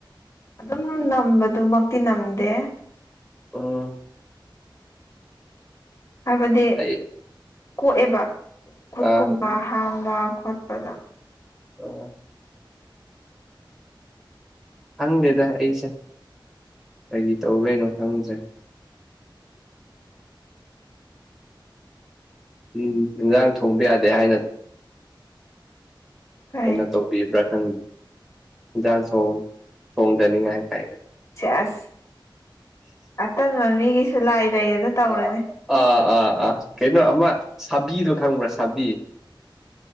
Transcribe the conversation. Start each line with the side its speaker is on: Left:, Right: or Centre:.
Left: ꯑꯗꯨꯝ ꯅꯝꯕꯗꯨꯃꯛꯇꯤ ꯅꯝꯗꯦ
Centre: ꯑ
Left: ꯍꯥꯏꯕꯗꯤ
Centre: ꯑꯩ
Left: ꯀꯣꯛꯑꯦꯕ ꯈꯨꯠꯀꯨꯝꯕ
Centre: ꯑꯥ
Left: ꯍꯥꯝꯕ ꯈꯣꯠꯄꯗ
Centre: ꯑꯣ ꯈꯪꯗꯦꯗ ꯑꯩꯁꯦ ꯀꯒꯤ ꯇꯧꯕꯩꯅꯣ ꯈꯪꯗ꯭ꯔꯦ ꯎꯝ ꯏꯟꯖꯥꯡ ꯊꯣꯡꯕ ꯌꯥꯗꯦ ꯍꯥꯏꯅ
Left: ꯀꯩ
Centre: ꯀꯩꯅꯣ ꯇꯧ ꯄꯕꯤꯕ꯭ꯔꯥ ꯈꯪꯗꯦ ꯑꯤꯟꯖꯡꯁꯣꯛ ꯊꯣꯡꯗꯅꯤꯡꯉꯥꯏ ꯀꯥꯏꯅ
Left: ꯁꯦꯁ ꯑꯇꯟꯕ ꯃꯤꯒꯤꯁꯨ ꯂꯥꯏ ꯂꯩꯌꯦꯅ ꯇꯧꯔꯦꯅꯦ
Centre: ꯑꯥ ꯑꯥ ꯑꯥ ꯑꯥ ꯀꯩꯅꯣ ꯑꯃ ꯁꯥꯕꯤꯗꯣ ꯈꯪꯕ꯭ꯔꯥ ꯁꯥꯕꯤ